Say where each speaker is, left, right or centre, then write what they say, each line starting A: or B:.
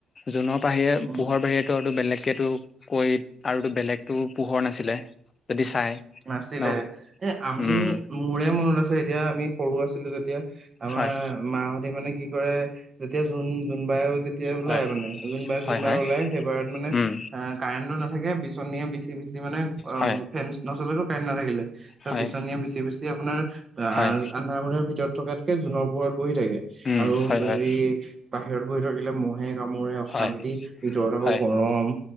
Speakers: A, on the left; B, on the right.
A: জোনৰ বাহিৰে
B: উম।
A: পোহৰ বাহিৰেতো আৰু বেলেগকেটো কৈ আৰু টো বেলেগতো পোহৰ নাছিলে যদি চাই।
B: নাছিলে,
A: ন
B: এ আমি
A: উম
B: মোৰে মনত আছে তেতিয়া আমি সৰু আছিলো যেতিয়া আমাৰ
A: হয়
B: মা হতে মানে কি কৰে, যেতিয়া জোন জোনবাইৰ যেতিয়া ওলাই
A: হয়
B: মানে যোনবাৰ
A: হয়
B: যোনবাৰ
A: হয়
B: ওলাই সেইবাৰত মানে
A: উম
B: আহ কাৰেণ্টটো নাথাকে বিচনিয়ে বিচি বিচি মানে অ
A: হয়
B: ফেন নচলেটো কাৰেণ্ট নাথাকিলে। আৰ
A: হয়
B: বিচনীয়ে বিচি বিছি আপোনাৰ আহ
A: হয়
B: আন্ধাৰ মোন্ধাৰ ভিতৰত থকাতকে জোনৰ পোহৰত বহি থাকে।
A: উম
B: আৰু
A: হয়
B: হেৰি
A: হয়
B: বাহিৰত বহি থাকিলে মহ মহে কামোৰে অশান্তি
A: হয়
B: ভিতৰত আকৌ
A: হয়
B: গৰম।